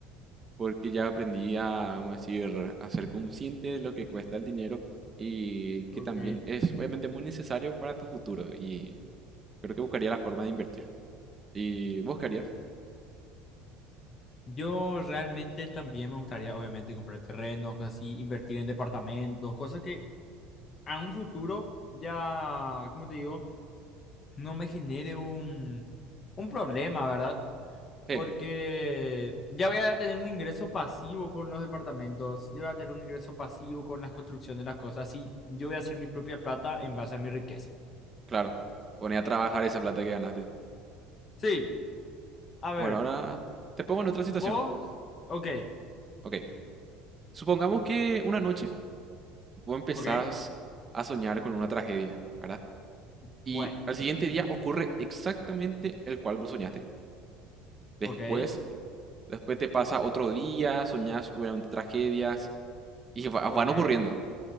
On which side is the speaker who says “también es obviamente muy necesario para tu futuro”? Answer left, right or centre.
Right